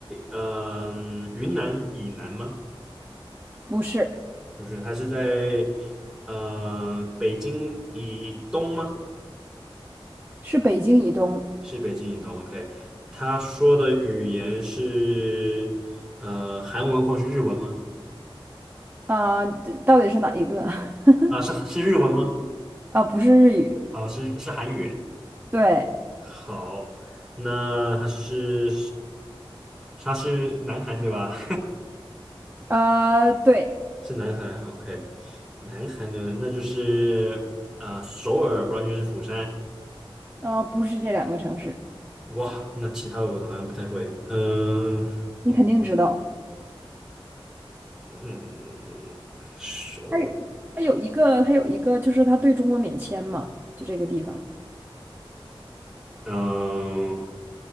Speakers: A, in the centre; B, on the right (about 20°).
A: 呃云南以南吗？
B: 不是，
A: 不是，它是在呃北京以东吗？
B: 是北京以东
A: 是北京移动，OK。他说的语言是呃韩文或是日文吗？
B: 啊，这到底是哪一个？<laughs>
A: 啊，是是日文吗？
B: 啊，不是日语，
A: 啊，是是韩语。
B: 对，
A: 好，那他是他是南韩对吧？
B: 啊，对，
A: <laughs> 是南韩，OK。南韩呢，那就是啊、首尔，不然就是釜山。
B: 啊，不是这两个城市，
A: 哇，那其他我好像不太会。嗯、
B: 你肯定知道。
A: 嗯，首尔
B: 它有它有一个，它有一个，就是它对中国免签嘛，就这个地方。
A: 嗯、